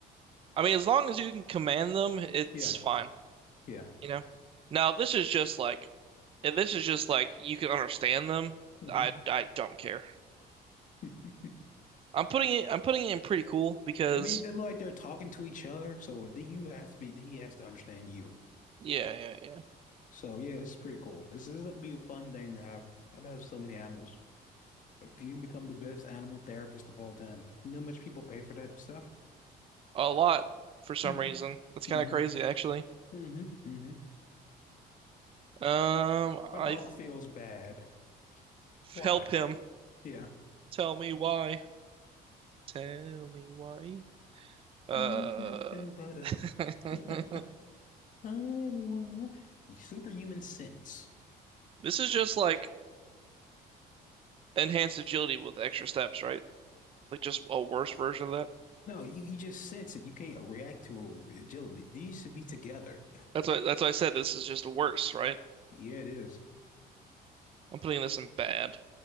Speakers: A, on the right; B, on the left.
A: I mean, as long as you can command them, it's
B: Yeah,
A: fine.
B: yeah.
A: You know. Now this is just like If this is just like you can understand them,
B: hmm
A: I I don't care.
B: <laughs>
A: I'm putting it I'm putting it in pretty cool because
B: I mean, they're like they're talking to each other, so you has to be he has to understand you.
A: yeah, yeah, yeah.
B: So yeah, it's pretty cool. This, this would be a fun thing to have. I've had so many animals. Like you can become the best animal therapist of all time. You know how much people pay for that stuff?
A: A lot for some
B: Mm-hmm.
A: reason. That's
B: hmm
A: kind of crazy actually.
B: hmm hmm
A: Um, I
B: My dog feels bad. Why?
A: help him.
B: Yeah.
A: Tell me why. Tell me why. Uh,
B: Ain't nothing but a
A: <laughs>
B: <laughs> everyone. Superhuman sense.
A: this is just like enhanced agility with extra steps, right? Like just a worse version of that.
B: No, you, you just sense it. You can't react to it with agility. These should be together.
A: That's why that's why I said this is just worse, right?
B: Yeah, it is.
A: I'm putting this in bad.